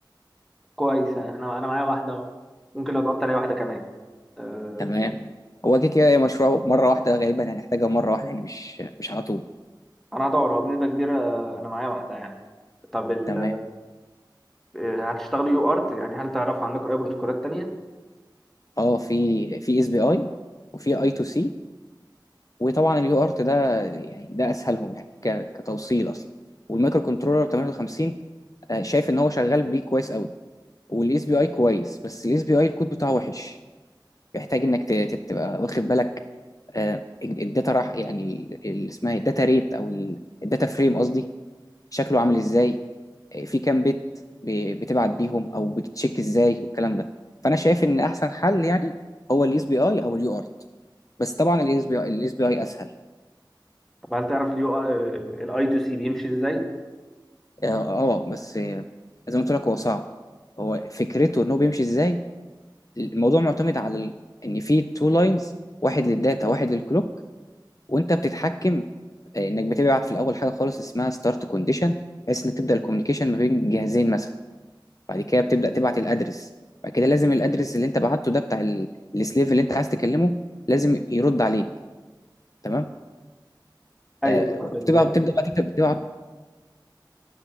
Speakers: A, in the centre; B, on the left.
A: كويس احنا انا معايا واحده اهو ممكن لو دورت عليا واحده كمان أه
B: تمام هو كده كده هي مشروع مره واحده غالبا هنحتاجها مره واحده يعني مش مش على طول
A: انا هدور هو بنسبه كبيره آه، انا معايا واحده يعني طب ال...
B: تمام
A: آه، هتشتغلوا يو ارت يعني هل تعرفوا عندكم اي بروتوكولات تانيه
B: اه في في اس بي اي وفي اي تو سي وطبعا اليو ارت ده يعني ده اسهلهم يعني ك- كتوصيل اصلا والمايكرو كنترولر 58 آه، شايف ان هو شغال بيه كويس قوي والاس بي اي كويس بس الاس بي اي الكود بتاعه وحش بيحتاج انك ت- ت- تبقى واخد بالك آه، الداتا راح يعني اللي اسمها الداتا ريت او الداتا فريم قصدي شكله عامل ازاي في كام بيت ب- بتبعت بيهم او بتتشيك ازاي والكلام ده فانا شايف ان احسن حل يعني هو الاس بي اي او اليو ارت بس طبعا الاس بي اي الاس بي اي اسهل
A: طب هل تعرف اليو الاي تو سي بيمشي ازاي
B: اه آه، بس آه، زي ما قلت لك هو صعب هو فكرته ان هو بيمشي ازاي الموضوع معتمد على ال... ان في تو لاينز واحد للداتا واحد للكلوك وانت بتتحكم آه، انك بتبعت في الاول حاجه خالص اسمها ستارت كونديشن بحيث انك تبدا الكوميونيكيشن ما بين جهازين مثلا بعد كده بتبدأ تبعت الأدرس بعد كده لازم الأدرس اللي أنت بعته ده بتاع ال- السليف اللي أنت عايز تكلمه لازم يرد عليك تمام
A: ايوه
B: آه
A: طب
B: بتبقى
A: ال...
B: بتبدأ بقى تكتب بتبعت